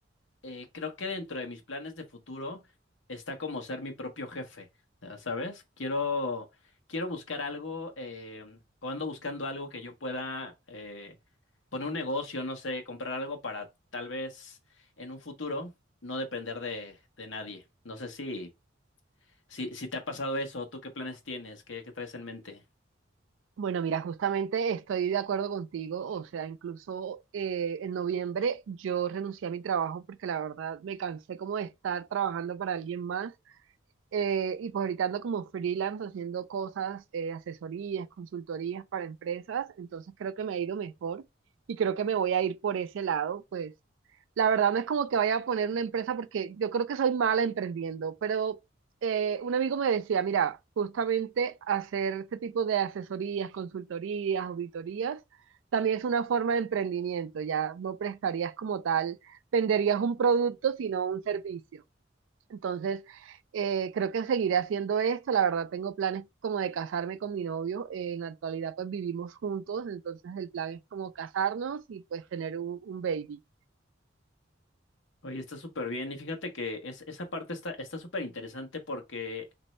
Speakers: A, on the left; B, on the right.
A: eh, creo que dentro de mis planes de futuro está como ser mi propio jefe, ya ¿sabes? Quiero, quiero buscar algo, eh, o ando buscando algo que yo pueda eh, poner un negocio, no sé, comprar algo para tal vez en un futuro no depender de, de nadie. No sé si, si, si te ha pasado eso, ¿tú qué planes tienes? ¿Qué, qué traes en mente?
B: Bueno, mira, justamente estoy de acuerdo contigo, o sea, incluso eh, en noviembre yo renuncié a mi trabajo porque la verdad me cansé como de estar trabajando para alguien más eh, y pues ahorita ando como freelance haciendo cosas, eh, asesorías, consultorías para empresas, entonces creo que me ha ido mejor y creo que me voy a ir por ese lado, pues la verdad no es como que vaya a poner una empresa porque yo creo que soy mala emprendiendo, pero eh, un amigo me decía, mira, justamente hacer este tipo de asesorías, consultorías, auditorías, también es una forma de emprendimiento, ya no prestarías como tal, venderías un producto, sino un servicio. Entonces, eh, creo que seguiré haciendo esto, la verdad tengo planes como de casarme con mi novio, eh, en la actualidad pues vivimos juntos, entonces el plan es como casarnos y pues tener un, un baby.
A: Oye, está súper bien. Y fíjate que es, esa parte está, está súper interesante porque